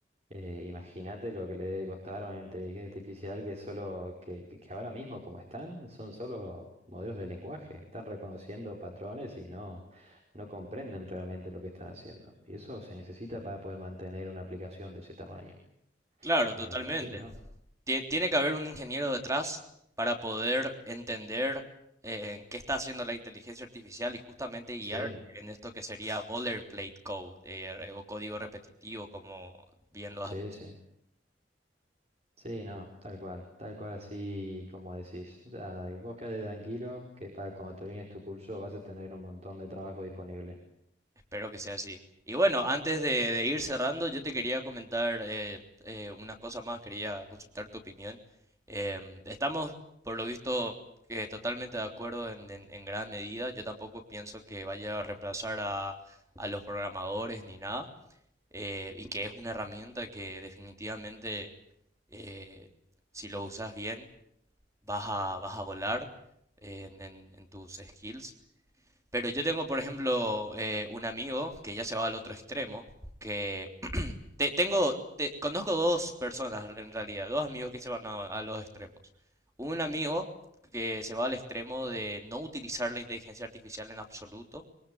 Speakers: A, on the right; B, on the right.
A: Eh, imagínate lo que le debe costar a una inteligencia artificial que solo, que, que que ahora mismo como están, son solo modelos de lenguaje. Están reconociendo patrones y no, no comprenden realmente lo que están haciendo. Y eso se necesita para poder mantener una aplicación de ese tamaño.
B: Claro,
A: Pero
B: Claro. totalmente.
A: sí, ¿no?
B: Tie- tiene que haber un ingeniero detrás para poder entender eh, qué está haciendo la inteligencia artificial y justamente guiar
A: Sí,
B: en esto que sería boilerplate code eh, o código repetitivo, como bien lo
A: sí,
B: has
A: sí. Sí, no, tal cual, tal cual así como decís. O sea, vos quedate tranquilo que para cuando termines tu curso vas a tener un montón de trabajo disponible.
B: Espero que sea así. Y bueno, antes de, de ir cerrando, yo te quería comentar eh, eh, una cosa más, quería consultar tu opinión. Em, estamos, por lo visto, eh, totalmente de acuerdo en, en- en gran medida. Yo tampoco pienso que vaya a reemplazar a, a los programadores ni nada, eh, y que es una herramienta que definitivamente, eh, si lo usas bien, vas a, vas a volar eh, en en- en tus skills. Pero yo tengo, por ejemplo, eh, un amigo que ya se va al otro extremo, que te- tengo, te- conozco dos personas en realidad, dos amigos que se van a, a los extremos. Un amigo que se va al extremo de no utilizar la inteligencia artificial en absoluto,